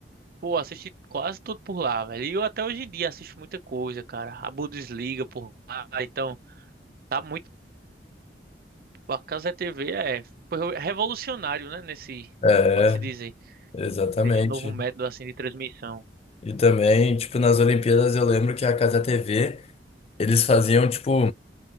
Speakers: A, on the right; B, on the left.
A: Pô, assisti quase tudo por lá, velho. E eu até hoje em dia assisto muita coisa, cara. A Bundesliga por lá, então tá muito. A Casa TV é foi revolucionário, né? Nesse,
B: É,
A: pode-se dizer,
B: exatamente.
A: nesse novo método assim de transmissão.
B: E também, tipo, nas Olimpíadas eu lembro que a Casa TV, eles faziam, tipo,